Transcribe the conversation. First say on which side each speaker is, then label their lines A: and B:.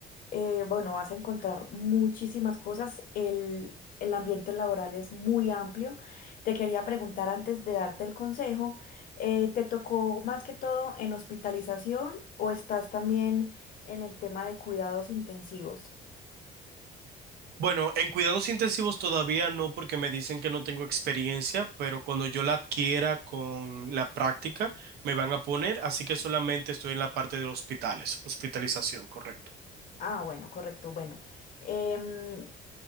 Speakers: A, on the left (about 55°); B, on the right (about 70°).
A: eh, bueno, vas a encontrar muchísimas cosas. El, el ambiente laboral es muy amplio. Te quería preguntar antes de darte el consejo, eh, ¿te tocó más que todo en hospitalización o estás también en el tema de cuidados intensivos?
B: Bueno, en cuidados intensivos todavía no, porque me dicen que no tengo experiencia, pero cuando yo la adquiera con la práctica, me van a poner, así que solamente estoy en la parte de los hospitales, hospitalización, correcto.
A: Ah, bueno, correcto. Bueno. em,